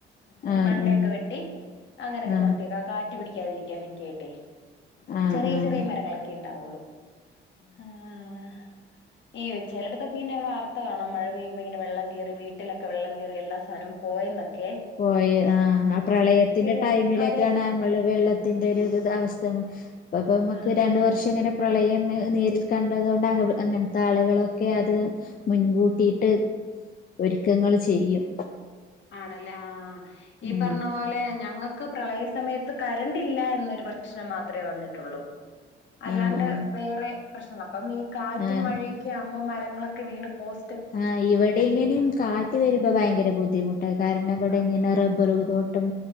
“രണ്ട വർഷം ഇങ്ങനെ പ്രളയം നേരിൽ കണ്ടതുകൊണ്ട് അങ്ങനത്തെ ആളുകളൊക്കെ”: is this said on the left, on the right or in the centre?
Left